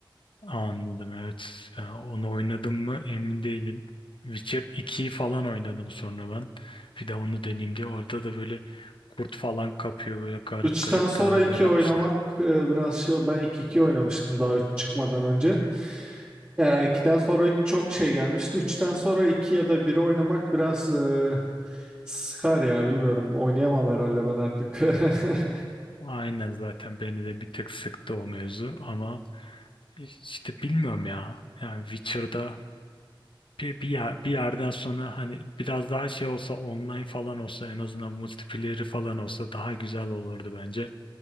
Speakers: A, on the left (about 70°); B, on the right (about 20°).
A: Anladım evet. Ya, onu oynadım mı emin değilim. Witcher 2'yi falan oynadım sonra ben. Bir de onu deneyeyim diye. Orada da böyle kurt falan kapıyor. Böyle garip
B: Üçten
A: garip
B: sonra
A: görevler
B: iki
A: yapmışlar.
B: oynamak
A: <laughs>
B: e, biraz şey. Ben iki iki oynamıştım daha 3 çıkmadan önce. Ya 2'den sonra çok şey gelmişti. Üçten sonra 2 ya da 1'i oynamak biraz e, sıkar ya bilmiyorum. Oynayamam herhalde ben artık. <laughs>
A: Aynen zaten beni de bir tık sıktı o mevzu ama işte bilmiyorum ya. Yani Witcher'da bir, bir, yer- bir yerden sonra hani biraz daha şey olsa online falan olsa en azından multiplayer'i falan olsa daha güzel olurdu bence.